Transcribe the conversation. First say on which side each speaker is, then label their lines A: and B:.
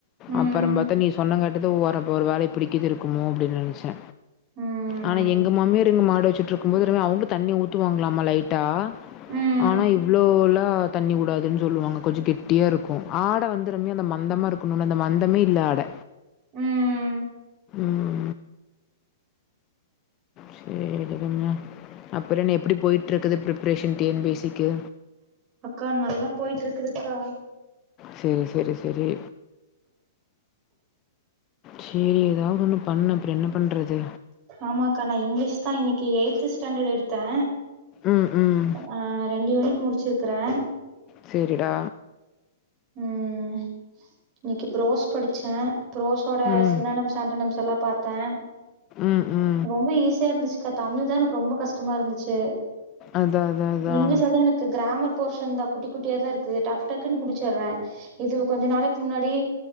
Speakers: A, on the right; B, on the left.
A: ம்
B: அப்பறம் பாத்தா நீ சொன்னங்காட்டுதா ஒரப் ஒருவேள இப்டிக்கீது இருக்குமோ அப்டி நென்ச்சே
A: ம்
B: ஆனா எங்க மாமியார் எங்க மாடு வெச்சிட்ருக்கும் போது ஒருவே அவுங்ளுத் தண்ணி ஊத்துவாங்லாமா லைட்டா
A: ம்
B: ஆனா இவ்ளோலா ஆ தண்ணி உடாதுன் சொல்லுவாங்க கொஞ்சோ கெட்டியா இருக்கு ஆட வந்துருமே அந்த மந்தமா இருக்குணுல அந்த மந்தமே இல்ல ஆட
A: ம்.
B: ம் சேரிங்கங்க அப்பறோ இன்னோ எப்டி போய்ட்ருக்குது ப்ரிப்பரேஷன் டி என் பி சிக்கு
A: அக்கா நல்லா போயிட்ருக்குதுக்கா
B: சேரி சேரி செரி சேரி எதாவது ஒன்னு பண்ணு அப்றோ என்ன பண்றது
A: ஆமாக்கா நா இங்கிலீஷ்தா இன்னைக்கி எயி்த்து ஸ்டாண்டர்டு எடுத்தே
B: ம் ம்
A: அ ரெண்டு யூனிட் முடிச்சிருக்கறே
B: சேரிடா
A: ம் இன்னைக்கு ப்ரோஸ் படிச்சே ப்ரோஸோட
B: ம்.
A: சினேனம்ஸ் ஆண்டினம்ஸ் எல்லாப் பாத்தே
B: ம் ம்
A: ரொம்ப ஈஸியா இருந்துச்சுக்கா தமிழ்தா எனக்கு ரொம்ப கஷ்டமா இருந்துச்சு
B: அதான் அதான் அதான்.
A: இங்கிலீஷ்லதா எனக்கு கிராமர் போர்ஷன்தா குட்டி குட்டியாதா இருக்குது டக் டக்குன் முடிச் ச்சர்றே இது கொஞ்ச நாளைக் முன்னாடி